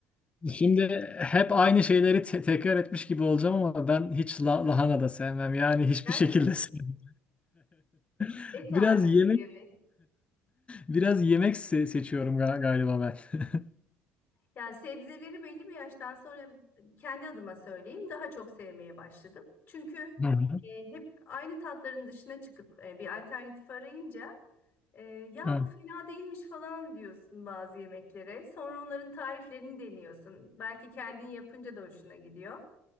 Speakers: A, on the left; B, on the left.
A: Şimdi hep aynı şeyleri te- tekrar etmiş gibi olacağım ama ben hiç la- lahana da sevmem. Yani hiçbir
B: <laughs> Gerçek
A: şekilde sevmem. <laughs>
B: et
A: Biraz
B: ağırlıklı
A: yemek
B: yemek.
A: Biraz yemek se- seçiyorum ga- galiba ben. <laughs>
B: Yani sebzeleri belli bir yaştan sonra kendi adıma söyleyeyim daha çok sevmeye başladım. Çünkü
A: Hı hı.
B: e, hep aynı tatların dışına çıkıp e, bir alternatif arayınca e, ya
A: Evet.
B: bu fena değilmiş falan diyorsun bazı yemeklere. Sonra onların tariflerini deniyorsun. Belki kendin yapınca da hoşuna gidiyor.